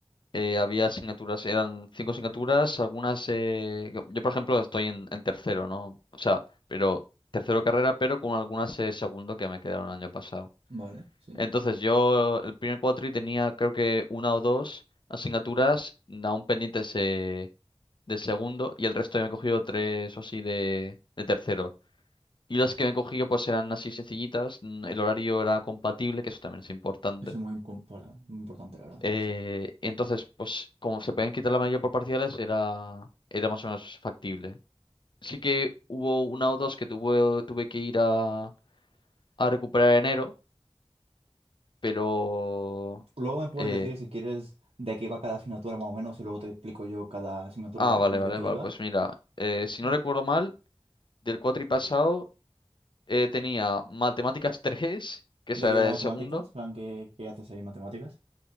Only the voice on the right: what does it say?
Vale, sí.
Eso es muy, incom- para- muy importante, la verdad.
sí.
Luego me puedes
decir si quieres de qué iba cada asignatura más o menos y luego te explico yo cada asignatura,
la
mía
de qué
iba.
Yes.
¿De
qué
iba
matemáticas?
Plan, ¿qué, qué haces ahí en matemáticas?